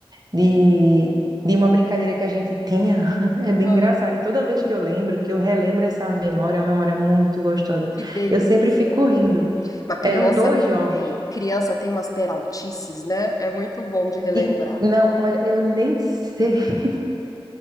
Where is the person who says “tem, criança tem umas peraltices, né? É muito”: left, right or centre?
Left